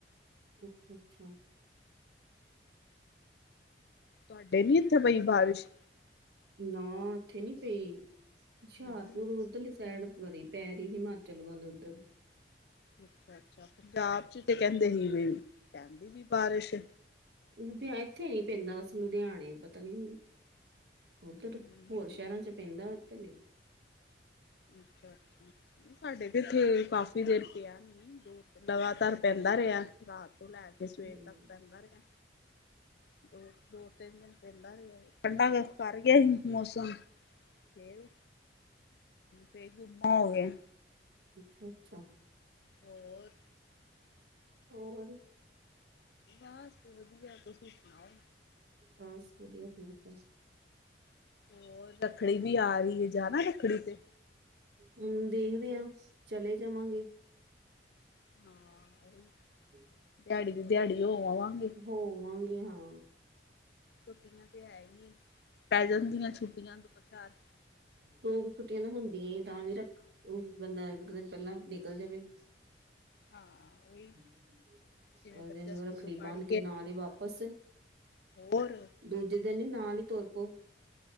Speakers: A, on the right (about 60°); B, on the left (about 60°).
A: ਅੱਛਾ ਅੱਛਾ
B: ਤੁਹਾਡੇ ਨੀ ਇੱਥੇ ਪਈ ਬਾਰਿਸ਼
A: ਨਾ ਉੱਥੇ ਨੀ ਪਈ, ਹੁਸ਼ਿਆਰਪੁਰ
B: ਹੂੰ ਹੂੰ
A: ਉਧਰਲੀ ਸਾਈਡ ਵਰੀ ਪੈ ਰਹੀ ਹਿਮਾਚਲ ਵੱਲ ਉੱਧਰ
B: ਅੱਛਾ ਅੱਛਾ ਪੰਜਾਬ ਚ ਤੇ ਕਹਿੰਦੇ ਸੀ ਵੀ ਰਾਤੀ ਵੀ ਬਾਰਿਸ਼ ਐ
A: ਲੁਧਿਆ ਇੱਥੇ ਨੀ ਪੈਂਦਾ ਬਸ ਲੁਧਿਆਣੇ ਪਤਾ ਨੀ ਉਧਰ
B: ਹੂੰ
A: ਹੋਰ ਸ਼ਹਿਰਾਂ ਚ ਪੈਂਦਾ ਇਧਰ ਨਈ
B: ਹੂੰ, ਅੱਛਾ ਅੱਛਾ ਸਾਡੇ ਤੇ ਇੱਥੇ ਕਾਫ਼ੀ ਦੇਰ ਪਿਆ, ਲਗਾਤਾਰ ਪੈਂਦਾ ਰਿਹਾ ਰਾਤ ਤੋਂ ਲੈ ਕੇ ਤੇ ਸਵੇਰ
A: ਹੂੰ,
B: ਤੱਕ ਪੈਂਦਾ ਰਿਹਾ ਆ ਤੇ ਦੋ ਦੋ ਤਿੰਨ ਦਿਨ ਪਹਿਦਾ ਰਿਹਾ, ਠੰਡਾ ਕਰ ਗਿਆ ਸੀ ਮੌਸਮ ਫੇਰ ਫੇਰ ਗੁੰਮਾ ਹੋ ਗਿਆ ਹੈ
A: ਅੱਛਾ ਅੱਛਾ
B: ਹੋਰ
A: ਹੋਰ
B: ਬਸ ਵਧੀਆ ਤੁਸੀਂ ਸੁਣਾਓ
A: ਬਸ ਵਧੀਆ ਠੀਕ ਹੈ
B: ਹੋਰ ਲੱਕੜੀ ਵੀ ਆ ਰਹੀ ਹੈ ਜਾਣਾ ਲੱਕੜੀ ਤੇ
A: ਹੂ ਦੇਖਦੇ ਆਂ ਚਲੇ ਜਾਵਾਂਗੇ
B: ਹਾਂ
A: ਜਮ <inaudible>
B: ਦਿਹਾੜੀ ਦੀ ਦਿਹਾੜੀ ਹੋ ਆਵਾਂਗੇ
A: ਹੋ ਆਵਾਂਗੇ ਹਾਂ
B: ਛੁੱਟੀਆਂ ਤੇ ਹੈ ਹੀ, ਪੈ ਜਾਂਦੀਆਂ ਛੁੱਟੀਆਂ ਦੋ ਚਾਰ
A: ਦੋ ਕੁ ਛੁੱਟੀਆਂ ਤਾਂ ਹੁੰਦੀਆਂ ਹੀ ਤਾਂ ਵੀ ਰੱਖ ਬੰਦਾ ਇੱਕ ਦਿਨ ਪਹਿਲਾਂ ਨਿਕਲ ਜਾਵੇ
B: ਹਾਂ ਉਹੀ
A: ਅਗਲੇ
B: ਜਿਵੇਂ ਬੱਚਾ
A: ਦਿਨ
B: ਸਕੂਲੋਂ
A: ਰੱਖੜੀ
B: ਪੜ੍ਹ
A: ਬੰਨ ਕੇ ਨਾਲ ਹੀ ਵਾਪਿਸ
B: ਬੋਲ
A: ਦੂਜੇ ਦਿਨ ਹੀ ਨਾਲ ਹੀ ਤੁਰਪੋ